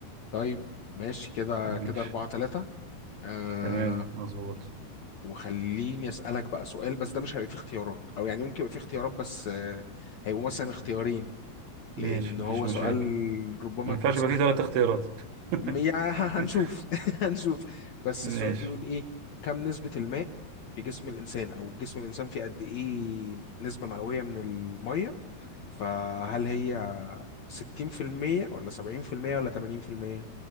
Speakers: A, on the left (about 65°); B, on the right (about 80°).
A: طيب ماشي كده
B: ماشي
A: كده أربعة تلاتة آه
B: تمام مظبوط
A: وخليني أسألك بقى سؤال بس ده مش هيبقى فيه اختيارات أو يعني ممكن يبقى فيه اختيارات بس آه هيبقوا مثلا اختيارين
B: ماشي
A: لأن هو
B: مفيش مشاكل
A: سؤال ربما
B: ما ينفعش
A: يكون سهل
B: يبقى فيه ثلاث اختيارات
A: م- يا
B: <laughs>
A: ه- هنشوف <laughs> هنشوف بس
B: ماشي
A: السؤال بيقول إيه كم نسبة الماء في جسم الإنسان أو جسم الإنسان فيه قد إيه نسبة مئوية من المية فهل هي 60% ولا 70% ولا 80%